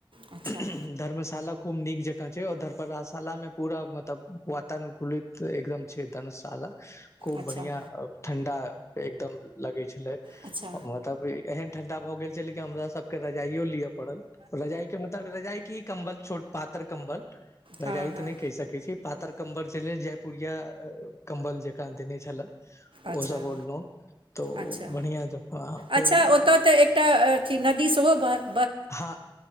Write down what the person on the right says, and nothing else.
अच्छा
अच्छा
अच्छा
हँ हँ
अच्छा
अच्छा
अच्छा <unintelligible> नदी सेहो ब